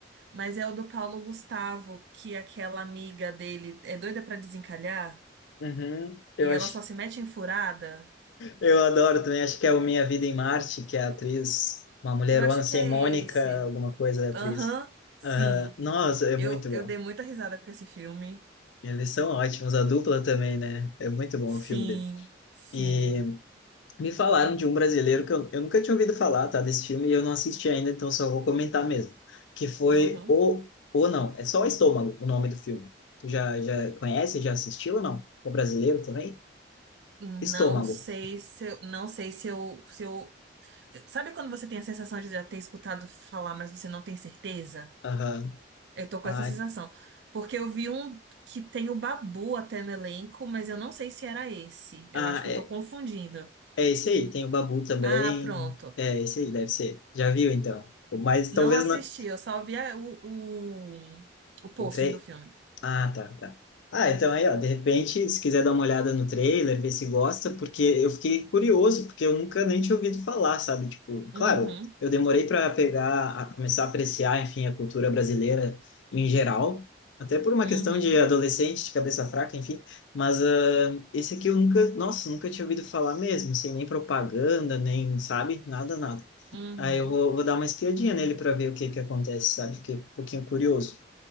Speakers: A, on the right; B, on the left.
A: mas é o do Paulo Gustavo, que aquela amiga dele é doida pra desencalhar
B: Uhum. Eu
A: e
B: acho,
A: ela só se mete em furada.
B: eu adoro também, acho que é o Minha Vida em Marte, que é a atriz, uma mulherona,
A: Eu acho
B: assim,
A: que é
B: é Mônica,
A: esse.
B: alguma coisa, é a atriz.
A: Aham, sim.
B: Aham. Nossa, é
A: Eu,
B: muito bom.
A: eu dei muita risada com esse filme.
B: Eles são ótimos, a dupla também, né? É muito bom
A: Sim,
B: o filme dele.
A: sim.
B: E me falaram de um brasileiro que eu, eu nunca tinha ouvido falar, tá? Desse filme e eu não assisti ainda, então só vou comentar mesmo. Que foi
A: Aham.
B: o. Ou não, é só o Estômago o nome do filme. Tu já, já conhece, já assistiu ou não? É brasileiro também?
A: Não
B: Estômago.
A: sei se eu, não sei se eu, se eu, sabe quando você tem a sensação de já ter escutado falar, mas você não tem certeza?
B: Aham.
A: Eu tô com
B: Ah,
A: essa sensação, porque eu vi um que tem o Babu até no elenco, mas eu não sei se era esse.
B: ah,
A: Eu acho que
B: é,
A: eu tô confundindo.
B: é esse aí. Tem o Babu também.
A: Ah, pronto.
B: É esse aí, deve ser. Já viu então. Mas
A: Não
B: talvez
A: assisti,
B: não.
A: eu só vi a- o, o, o pôster
B: O tre...
A: do filme.
B: Ah, tá, tá. Ah, então aí, ó, de repente, se quiser dar uma olhada no trailer, ver se gosta, porque eu fiquei curioso, porque eu nunca nem tinha ouvido falar, sabe? Tipo, claro,
A: Uhum,
B: eu demorei para pegar, a começar a apreciar, enfim, a cultura brasileira em geral, até por uma
A: uhum,
B: questão de adolescente, de cabeça fraca, enfim, mas ah, esse aqui eu nunca, nossa, nunca tinha ouvido falar mesmo, sem nem propaganda, nem, sabe? Nada, nada.
A: uhum.
B: Aí eu vou, vou dar uma espiadinha nele para ver o que que acontece, sabe? Fiquei um pouquinho curioso,